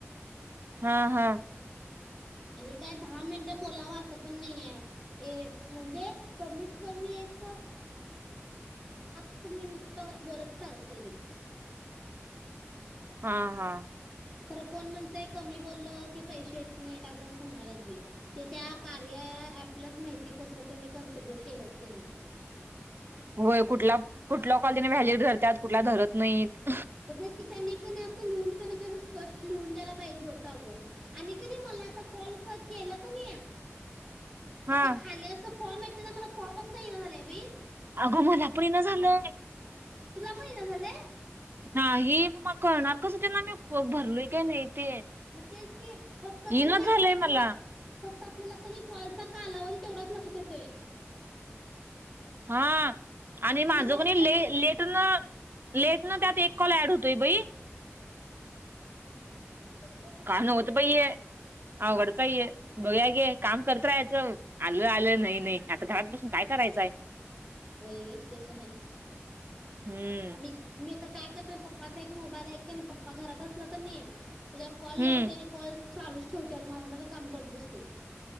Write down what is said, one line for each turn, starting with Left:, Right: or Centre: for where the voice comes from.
Right: हा, हा.
Centre: आणि काय दहा मिनिटं बोलावं असं पण नाहीये. ए म्हणजे कमीत, कमी एक सात मिनिटं बोलत चालते बाई.
Right: हा, हा.
Centre: खरं कोण म्हणतय कमी बोललं की पैसे येत नाही त्या असं, असं म्हणाला बाई. ते त्या कार्य कार्य ऍपला माहिती कस त्यांनी कन्सिडर केलं त्यांनी.
Right: होय कुठला, कुठला कॉल व्हॅल्यू धरतात कुठला धरत नाहीत.
Centre: मग तेच की त्यांनी का नाय असं लिहून द्यायला की अस स्पष्ट लिहून द्यायला पाहिजे होतं ग. आणि की नाही मला आता कॉल केलाकी नाही मग
Right: हा
Centre: ते खाली अस फॉर्म त्याचा मला फॉर्म न येईना झालंय बाई.
Right: अगं मला पण येइना झालंय.
Centre: तुला पण येईना झालेय?
Right: हे ना मग कळणार कसं त्यांना मी भरलोय का नाही ते?
Centre: म तेच की फक्त
Right: येईनाच
Centre: का नाय आपलं
Right: झालंय मला
Centre: काॅल फक्त आपल्याला की नाय कॉलचा कालाव तेवढाच लक्षात येतोय.
Right: हा आणि माझंका
Centre: मग
Right: नाय
Centre: ते
Right: ले लेट ना लेट ना त्यात एक कॉल ऍड होतोय बाई.
Centre: ह.
Right: काण होतं बाईये आघडच हाये बघया की काम करत राहाचं. आलं, आलं, नाही, नाही आता घरात बसून काय करायचंय?
Centre: होय गे ते पण आहेच
Right: हम्म.
Centre: मी मी आता काय करतो. पप्पाचा एक मोबाईल आहे का नाय पप्पा घरात असल की नाय त्याच्यावर कॉल
Right: हम्म
Centre: लावते आणि कॉल चालूच ठेवते आणि माझ, माझ काम करत बसतोय.